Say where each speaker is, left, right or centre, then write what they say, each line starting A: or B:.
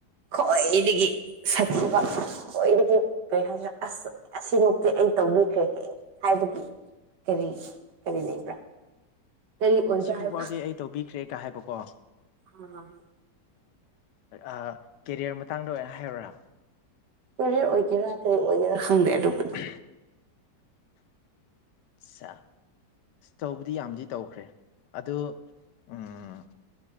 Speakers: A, on the right; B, on the left.
A: ꯈꯣꯏꯗꯒꯤ ꯁꯥꯊꯤꯕ <unintelligible> ꯑꯁ ꯑꯁꯤꯃꯛꯇꯤ ꯑꯩ ꯇꯧꯕꯤꯈ꯭ꯔꯦꯍꯦ ꯍꯥꯏꯕꯒꯤ ꯀꯔꯤ ꯀꯔꯤ ꯂꯩꯕ꯭ꯔꯥ ꯀꯔꯤ ꯑꯣꯏꯕ꯭ꯔꯥ
B: ꯁꯤꯕꯨ
A: ꯍꯥꯏꯕ
B: ꯐꯥꯎꯗꯤ ꯑꯩ ꯇꯧꯕꯤꯈ꯭ꯔꯦꯒ ꯍꯥꯏꯕꯀꯣ
A: ꯑ
B: ꯑ ꯀꯦꯔꯤꯌꯔ ꯃꯇꯥꯡꯗ ꯑꯣꯏꯅ ꯍꯥꯏꯌꯨꯔꯥ
A: ꯀꯔꯤꯌꯔ ꯑꯣꯏꯒꯦꯔꯥ ꯀꯔꯤ ꯑꯣꯏꯒꯦꯔꯥ ꯈꯪꯗꯦ ꯑꯗꯨꯕꯨ
B: <inaudible> ꯑꯆꯥ ꯇꯧꯕꯗꯤ ꯌꯥꯝꯗꯤ ꯇꯧꯈ꯭ꯔꯦ ꯑꯗꯨ ꯎꯝ